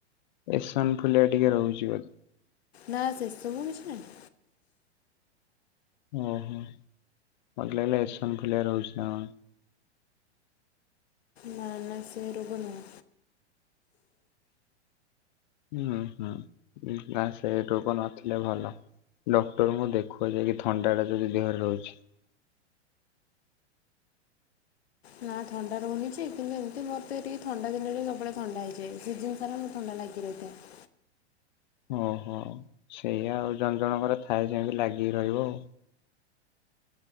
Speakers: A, on the left; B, on the left.
A: ଏସନ ଫୁଲିଆ ଟିକେ ରହୁଛି ବ
B: ନା ସେ ସବୁ କିଛି ନାହିଁ।
A: ଓହୋ ମୋତେ ଲାଗିଲା ଏସନ୍ ଫୁଲିଆ ରହୁଛି ନା କଣ।
B: ନାଁ ନାଁ ସେ ରୋଗ ନୁଁହ।
A: ହୁଁ ହୁଁ ନା ସେ ରୋଗ ନଥିଲେ ଭଲ। ଡକ୍ଟର ମୁଁ ଦେଖୁଅ ଯାଇକି ଥଣ୍ଡା ଟା ଯଦି ଦେହରେ ରହୁଛି।
B: ନା ଥଣ୍ଡା ରହୁନିଯେ କିନ୍ତୁ ଏମିତି ମୋର ତ ଟିକେ ଥଣ୍ଡା ଦିନରେ ସବୁବେଳେ ଥଣ୍ଡା ହେଇଯାଏ ସିଜନ ସାରା ମତେ ଥଣ୍ଡା ଲାଗି ରହିଥାଏ।
A: ଓହୋ ସେଇଆ ଆଉ ଜଣ ଜଣଙ୍କର ଥାଏ ସେମିତି ଲାଗିକି ରହିବ ଆଉ।